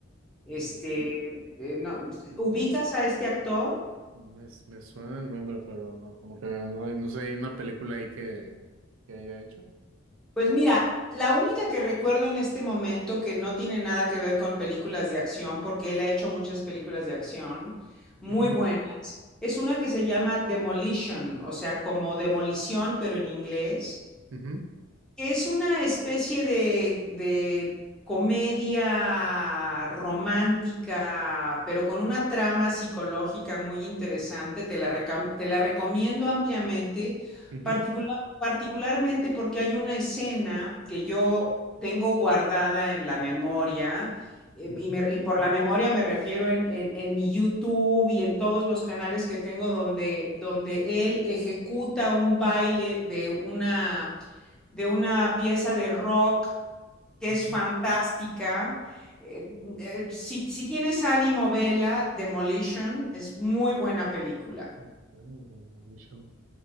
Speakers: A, in the centre; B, on the right.
A: Este,
B: Mm,
A: eh, no,
B: mm,
A: ¿ubicas a este actor?
B: No me, me suena el nombre, pero no, como que no, hay- no sé, hay una película ahí que, que haya hecho.
A: Pues mira, la única que recuerdo en este momento que no tiene nada que ver con películas de acción, porque él ha hecho muchas películas de acción muy
B: Ujú,
A: buenas, es una que se llama Demolition, o sea, como demolición, pero en inglés.
B: ujú,
A: Es una especie de, de comedia romántica, pero con una trama psicológica muy interesante. Te la, recam- te la recomiendo ampliamente,
B: ujú,
A: particular- particularmente porque hay una escena que yo tengo guardada en la memoria, eh,
B: ujú,
A: y, me- y por la memoria me refiero en, en- en mi YouTube y en todos los canales que tengo donde, donde él ejecuta un baile de una de una pieza de rock que
B: ujú.
A: es fantástica. Eh, eh, si, si tienes ánimo, vela, Demolition es muy buena película.
B: Ok, Demolition.